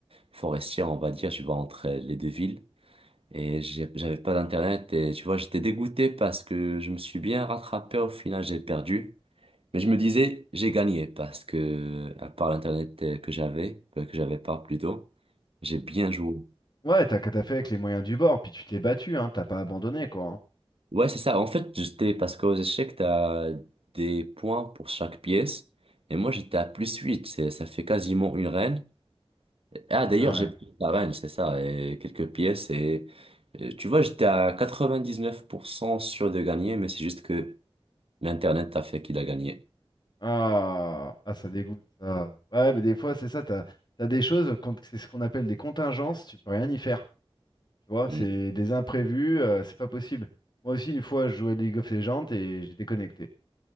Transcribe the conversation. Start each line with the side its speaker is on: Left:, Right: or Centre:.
Right: forestière, on va dire, tu vois, entre les deux villes. Et j'ai- j'avais pas d'internet et tu vois, j'étais dégoûté parce que je me suis bien rattrapé. Au final, j'ai perdu. Mais je me disais, j'ai gagné parce que, à part l'internet euh, que j'avais, euh, que j'avais pas plutôt, j'ai bien joué.
Left: Ouais, t'as qu'à t'as fait avec les moyens du bord, puis tu t'es battu, hein, t'as pas abandonné, quoi. hein.
Right: Ouais, c'est ça. En fait, j'étais, parce qu'aux échecs, t'as des points pour chaque pièce. Et moi, j'étais à plus huit C'est- Ça fait quasiment une reine. Ah, d'ailleurs,
Left: Ah ouais.
Right: j'ai pris la reine, c'est ça, et quelques pièces. Et euh, tu vois, j'étais à 99% sûr de gagner, mais c'est juste que l'Internet a fait qu'il a gagné.
Left: Ah, ah, ça dégoûte, ça. Ouais, mais des fois, c'est ça, t'as, t'as des choses, qu'on- c'est ce qu'on appelle des contingences, tu peux rien y faire. Tu vois,
Right: Mm.
Left: c'est des imprévus, euh, c'est pas possible. Moi aussi, une fois, je jouais à League of Legends et j'ai déconnecté.